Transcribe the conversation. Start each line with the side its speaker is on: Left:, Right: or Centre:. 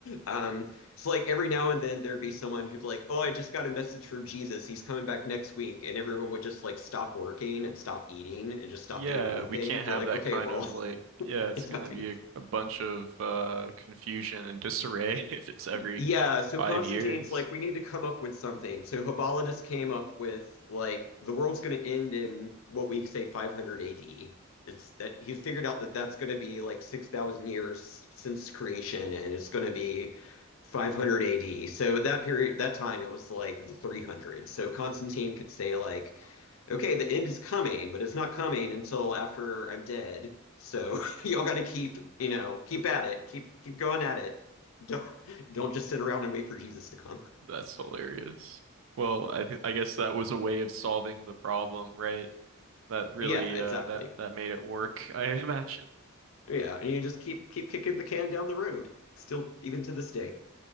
Left: um, it's like every now and then there'd be someone who's like, oh, I just got a message from Jesus. He's coming back next week, and everyone would just like stop working and stop eating and just stop
Right: Yeah,
Left: doing anything.
Right: we can't
Left: They're
Right: have
Left: like,
Right: that
Left: okay,
Right: kind
Left: well,
Right: of like, yeah,
Left: <laughs>
Right: it's
Left: it's
Right: gonna
Left: about to
Right: be
Left: be
Right: a, a bunch of uh confusion and disarray <laughs> if it's every
Left: Yeah, so
Right: five
Left: Constantine's
Right: years.
Left: like, we need to come up with something. So Hippolytus came up with like the world's going to end in what we say 500 AD. It's that he's figured out that that's going to be like 6,000 years since creation, and it's going to be 500 AD. So at that period, that time, it was like the 300. So Constantine could say like, okay, the end is coming, but it's not coming until after I'm dead. So <laughs> y'all got to keep, you know, keep at it, keep keep going at it. Don't don't just sit around and wait for Jesus to come. <laughs>
Right: That's hilarious. Well, I th I guess that was a way of solving the problem, right? That really
Left: Yeah, exactly.
Right: uh that that made it work, <laughs> I imagine.
Left: Yeah, and you just keep keep kicking the can down the road. Still, even to this day.